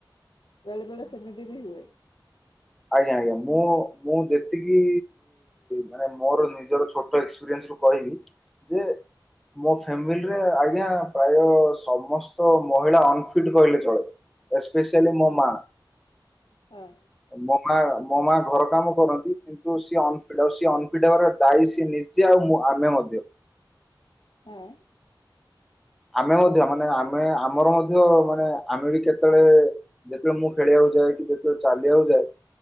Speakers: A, on the left; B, in the centre.
A: ବେଳେ ବେଳେ ଶମିଧି ବି ହୁଏ।
B: ଆଜ୍ଞା ଆଜ୍ଞା ମୁଁ ମୁଁ ଯେତିକି ମାନେ ମୋର ନିଜର ଛୋଟ ଏକ୍ସପିରିଏସ କହିବି ଯେ ମୋ ଫାମିଲିରେ ଆଜ୍ଞା ପ୍ରାୟ ସମସ୍ତ ମହିଳା ଅନଫିଟ କହିଲେ ଚଳେ। ଏସପେସିୟାଲି ମୋମା।
A: ହଁ ହଁ
B: ମ ମା ମୋ ମା ଘର କାମ କରନ୍ତି କିନ୍ତୁ ସିଏ ଅନିଟଉ ସିଏ ଅନଫିଟ ହେବାରେ ଦାୟୀ ସିଏ ନିଜେ ଆଉ ମୁଁ ଆମେ ମଧ୍ୟ।
A: ହଁ।
B: ଆମେ ମଧ୍ୟ ମାନେ ଆମେ ଆମର ମଧ୍ୟ ମାନେ ଆମେ ବି କେତେବେଳେ ଯେତେବେଳେ ମୁଁ ଖେଳିବାକୁ ଯାଏ କି ଯେତେବେଳେ ଚାଲିବାକୁ ଯାଏ